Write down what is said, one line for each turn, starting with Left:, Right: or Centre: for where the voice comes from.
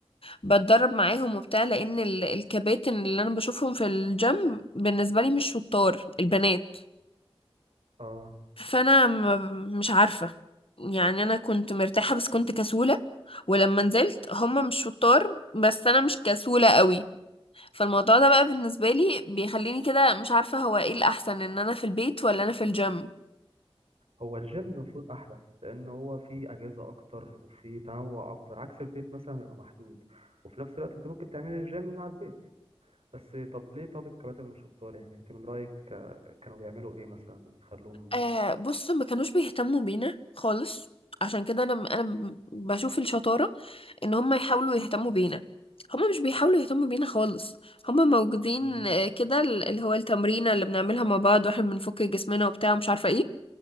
Left: بتدرب معاهم وبتاع لان ال- الكباتن اللي انا بشوفهم في الجيم بالنسبه لي مش شطار البنات
Right: اه
Left: فانا م- مش عارفه يعني انا كنت مرتاحه بس كنت كسوله ولما نزلت هما مش شطار بس انا مش كسوله قوي فالموضوع ده بقى بالنسبه لي بيخليني كده مش عارفه هو ايه الاحسن ان انا في البيت ولا انا في الجيم
Right: هو الجيم المفروض احلى لان هو فيه اجهزه اكتر وفيه تنوع اكتر عكس البيت مثلا بيبقى محدود وفي نفس الوقت انت ممكن تعملي الجيم مع البيت بس طب ليه طب الكباتن مش شطار يعني انت من رأيك آه، كانوا بيعملوا ايه مثلا يخلوهم
Left: آه بص ما كانوش بيهتموا بينا خالص عشان كده انا انا م- بشوف الشطارة ان هم يحاولوا يهتموا بينا هم مش بيحاولوا يهتموا بينا خالص هم موجودين
Right: مم،
Left: آه، كده ال- اللي هو التمرينة اللي بنعملها مع بعض واحنا بنفك جسمنا وبتاع ومش عارفة ايه